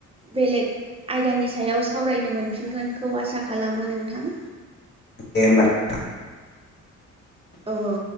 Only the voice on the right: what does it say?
बेलेग आयदानि सायाव सावरायनो मोनफिनगोनखौ आसा खालामो नोंथां।
औ औ